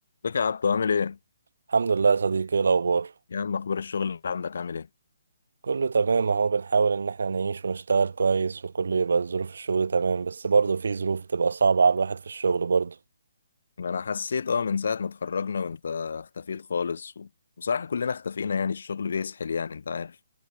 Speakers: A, on the left (about 60°); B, on the right (about 75°).
A: ازيك يا عبدو عامل ايه؟
B: الحمد لله يا صديقي ايه الاخبار
A: يا عم اخبار الشغل اللي عندك عامل ايه؟
B: كله تمام اهو بنحاول ان احنا نعيش ونشتغل كويس وكله يبقى ظروف الشغل تمام بس برضه في ظروف بتبقى صعبة على الواحد في الشغل برضه
A: انا حسيت اه من ساعة ما اتخرجنا وانت اختفيت خالص و... وصراحة كلنا اختفينا يعني الشغل بيسحل يعني انت عارف